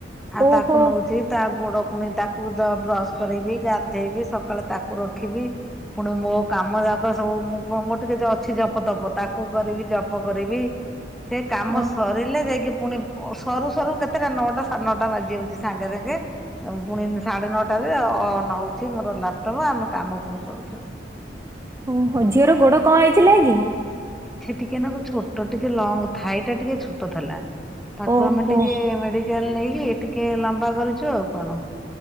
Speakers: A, in the centre; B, on the right.
A: ଆଉ
B: ଓହୋ
A: ତାକୁ ନଉଛି ତା ଗୋଡ ପୁଣି ତାକୁ ବ୍ରସ୍ କରେଇବି ଗାଧେଇବି ସକାଳେ ତାକୁ ରଖିବି ପୁଣି ମୋ କାମ ଯାକ ସବୁ ମୁଁ ମୋର ଟିକେ ଅଛି ଜପ ତପ ତାକୁ କରିବି ଜପ କରିବି ସେ କାମ
B: ଓ
A: ସରିଲେ ଯାଇକି ପୁଣି ସରୁ ସରୁ କେତେଟା ନଅଟା ସାଢେ ନଅଟା ବାଜି ଯାଉଛି ସାଙ୍ଗେ ସାଙ୍ଗେ ପୁଣି ସାଢେ ନଅଟାରେ ଅନ ହଉଛି ମୋର ଲାପଟପ୍ ଆମେ କାମ ପୁଣି କରୁଛୁ।
B: ଓହ
A: ଆଉ
B: ଝିଅର
A: କଣ
B: ଗୋଡ
A: କରିବୁ
B: କଣ ହେଇଥିଲା କି?
A: ସେ ଟିକେ ନାକୁ ଛୋଟ ଟିକେ ଲଙ୍ଗ ଥାଇ ଟା ଟିକେ ଛୋଟ ଥିଲା। ତାକୁ
B: ଓହୋ
A: ଆମେ ଟିକେ ମେଡିକାଲ ନେଇକି ଟିକେ ଟିକେ ଲମ୍ବା କରୁଛୁ ଆଉ କଣ।